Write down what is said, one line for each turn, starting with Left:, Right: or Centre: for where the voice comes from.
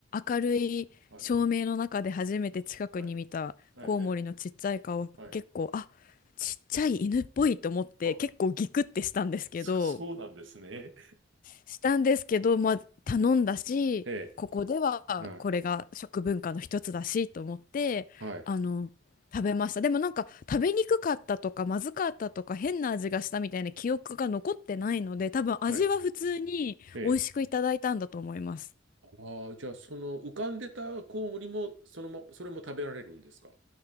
Left: 明るい照明の中で初めて近くに見たコウモリのちっちゃい顔結構あちっちゃい犬っぽいと思って結構ギクってしたんですけど
Right: はい、はい、はい、ええはい。あ、そ、<laughs> そうなんですね。
Left: したんですけどまあ頼んだしここではこれが食文化の一つだしと思ってあの食べましたでもなんか食べにくかったとかまずかったとか変な味がしたみたいな記憶が残ってないので多分味は普通に美味しくいただいたんだと思います。
Right: ええ、はい、はい、はい、ええ。ああ、じゃあ、その浮かんでたコウモリも、そのま、それも食べられるんですか